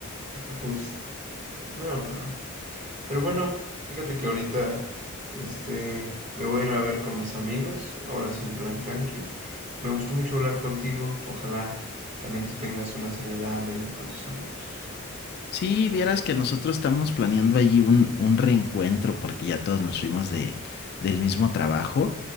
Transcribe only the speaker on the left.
Sí, vieras que nosotros estamos planeando allí un, un reencuentro porque ya todos nos fuimos de, del mismo trabajo